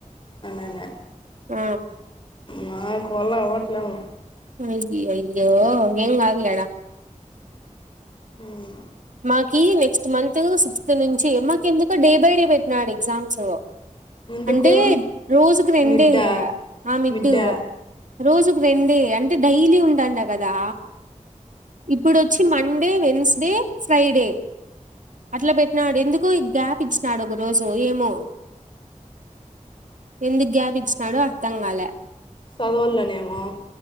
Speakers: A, on the left; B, on the right.
A: అననె
B: ఆ
A: నాకు వళ్ళ అవట్లేము
B: అయ్యయ్యో ఏం కాదులే ఆడ
A: హ్మ్మ్
B: మాకి నెక్స్ట్ మంత్ సిక్స్త్ నుంచి మాకు ఎందుకు డే బయట పెట్టినాడు ఎగ్జామ్స్
A: ఎందుకు
B: అంటే రోజుకు రెండే
A: మిడ్డా
B: ఆ మిడ్డు
A: మిడ్డా
B: రోజుకు రెండే అంటే డైలీ ఉండండ కదా ఇప్పుడు వచ్చి మండే వెడ్నెస్డే ఫ్రైడే అట్లా పెట్టినాడు ఎందుక్ గ్యాప్ ఇచ్చినాడు ఒక రోజు ఏమో ఎందుకు గ్యాప్ ఇచ్చినాడు తంగాల
A: సదవులనేమం